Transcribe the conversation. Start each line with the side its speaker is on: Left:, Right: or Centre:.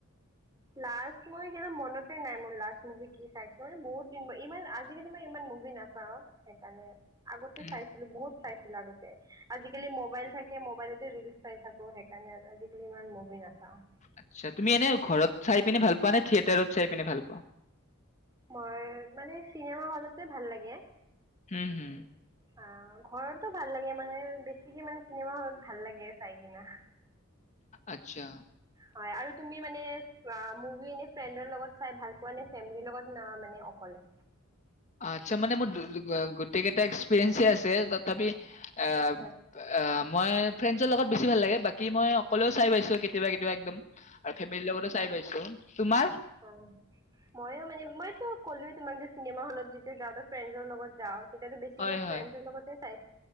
Right: লাষ্ট মই কি মনতে নাই মোৰ লাষ্ট মুভি কি চাইছো মান বহুত দিন ইমান আজিকালি মই ইমান বুজি নাচাওঁ সেইকাৰণে আগতে
Left: উম।
Right: চাইছিলো বহুত চাইছিলো আগতে আজিকালি মবাইল থাকে মবাইলতে ৰিলচ চাই থাকো সেইকাৰণে আজিকালি ইমান মভি নাচাও
Left: আচ্ছা তুমি এনে ঘৰত চাই পিনে ভাল পা নে থিয়েটাৰত চাই পিনে ভাল পা
Right: মই মানে চিনেমা হলতে ভাল লাগে
Left: হম হম
Right: অ ঘৰতো ভাল লাগে মানে বেছিকে মানে চিনেমা হলত ভাল লাগে চাই কিনা
Left: আচ্ছা
Right: হয় আৰু তুমি মানে মুভি এনে ফ্ৰেণ্ডৰ লগত চাই ভাল পোৱা নে ফেমিলিৰ লগত না মানে অকলে
Left: আচ্ছা মানে মোৰ গোটেই কেইটা এক্সপিৰিয়েন্ঞ্চে আছে তথাপি আ
Right: আচ্ছা
Left: আহ মই ফ্ৰেণ্ডছৰ লগত বেছি ভাল লাগে বাকী মই অকলেও চাই পাইছো কেতিয়াবা কেতিয়া একদম আৰু ফেমিলিৰ লগতে চাই পাইছো তোমাৰ
Right: অ ময়ো মানে মইতো ক'লোয়ে তোমাক যে চিনেমা হলত যেতিয়া যাও ফ্ৰেণ্ডৰ লগত যাও এতিাতো বেছিকৈ
Left: হয়, হয়।
Right: ফ্ৰণ্ডছৰ লগতে চাই